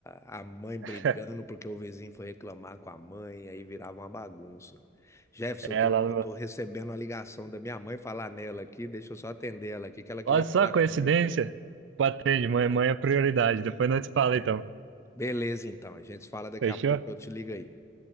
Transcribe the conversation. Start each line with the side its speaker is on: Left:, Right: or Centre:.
Left: a mãe brigando
Right: <laughs>
Left: porque o vizinho foi reclamar com a mãe, aí virava uma bagunça. Jefferson,
Right: é
Left: eu tô,
Right: lá no
Left: eu
Right: meu...
Left: tô recebendo a ligação da minha mãe falar nela aqui, deixa eu só atender ela aqui, que ela queria
Right: Olha só
Left: falar
Right: a coincidência,
Left: comigo.
Right: patente, mãe, mãe é prioridade, depois nós te fala
Left: É,
Right: então,
Left: Beleza, então, a gente se fala daqui
Right: fechou?
Left: a pouco, eu te ligo aí.